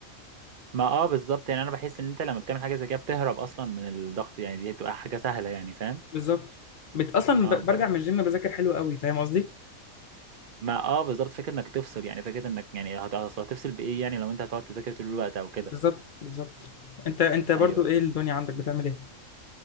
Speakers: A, on the right (about 55°); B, on the left (about 45°).
A: ما اه بالظبط يعني انا بحس ان انت لما بتعمل حاجه زي كده بتهرب اصلا من الضغط يعني دي بتبقى حاجه سهله يعني فاهم
B: بالظبط بت... اصلا
A: اه
B: ب...
A: ب...
B: برجع من الجيم بذاكر حلو قوي فاهم قصدي
A: ما اه بالظبط فكره انك تفصل يعني فكره انك يعني هت- أصل هتفصل بايه يعني لو انت هتقعد تذاكر طول الوقت او كده
B: بالظبط بالظبط انت انت برضو
A: ايوه
B: ايه الدنيا عندك بتعمل ايه